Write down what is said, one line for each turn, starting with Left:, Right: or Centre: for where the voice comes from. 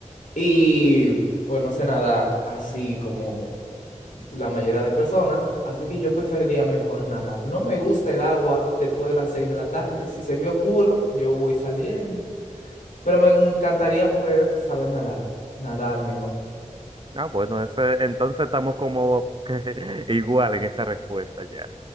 Left: Y pues no sé nadar así como la mayoría de personas, así que yo preferiría mejor nadar. No me gusta el agua después de las 6 de la tarde. Si se ve oscuro, yo voy saliendo. Pero me encantaría poder saber nadar, nadar mejor.
Right: Ah, bueno, ese- entonces estamos como que <laughs> igual en esa respuesta ya.